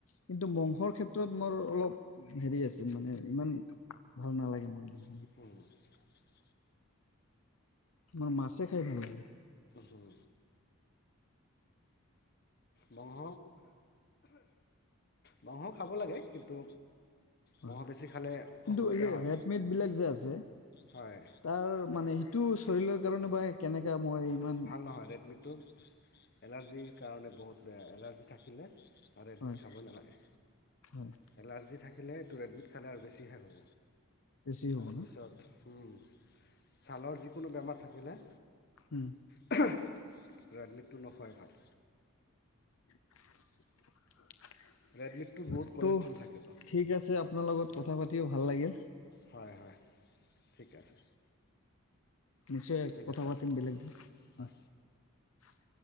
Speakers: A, on the left (about 75°); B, on the left (about 45°).
A: কিন্তু মংসৰ ক্ষেত্ৰত মোৰ অলপ হেৰি আছে। মানে ইমান ভাল নালাগে মোৰ ইমান।
B: <unintelligible>
A: মোৰ মাছে খাই ভাল লাগে।
B: হুম। মংহ, মংহ খাব লাগে কিন্তু।
A: হয়।
B: মঙহ বেছি খালে
A: কিন্তু
B: অসুবিধা
A: এইযে
B: হয়
A: ৰেডমিড বিলাক যে আছে।
B: হয়
A: তাৰ মানে সি টো চহিলৰ কাৰণে বাহে কেনেকা। মই ইমান
B: ভাল নহয় ৰেড মিটটো এলাৰ্জিৰ কাৰণে। বহুত বেয়া, এলাৰ্জি থাকিলে <unintelligible>
A: হয়
B: খাবয়ে নালাগে।
A: হয়
B: এলাৰ্জি থাকিলে টো ৰেডমিট খালে আৰু বেছিহে হ'ব।
A: বেছি হ'ব
B: তাৰপিছত,
A: ন
B: উম। ছালৰ যি কোনো বেমাৰ থাকিলে।
A: উম
B: <unintelligible> ৰেডমিটটো নোখোৱাই ভাল।
A: <inaudible>
B: ৰেড মিটটোত বহুত কলেষ্ট্ৰল
A: ত'
B: থাকেতো
A: ঠিক আছে, আপোনাৰ লগত কথা পাতিও ভাল লাগিল।
B: হয়, হয়। ঠিক আছে
A: নিশ্চয়
B: ঠিক
A: কথা
B: আছে
A: পাতিম
B: ৰাখিলোঁ
A: বেলেগ দিন, হম।
B: হয়
A: <inaudible>